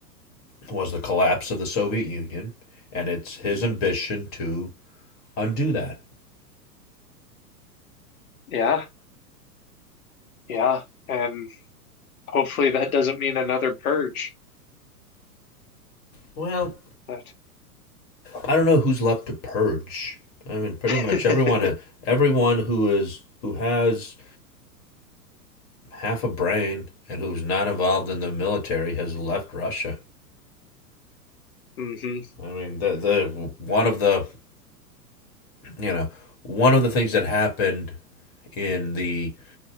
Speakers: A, on the left; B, on the left.
A: was the collapse of the Soviet Union, and it's his ambition to undo that.
B: Yeah. Yeah. And hopefully that doesn't mean another purge.
A: Well,
B: But
A: I don't know who's left to purge. I mean, pretty
B: <laughs>
A: much everyone, who- everyone who is who has half a brain and who's not involved in the military has left Russia.
B: mm-hmm.
A: I mean, the the one of the you know one of the things that happened in the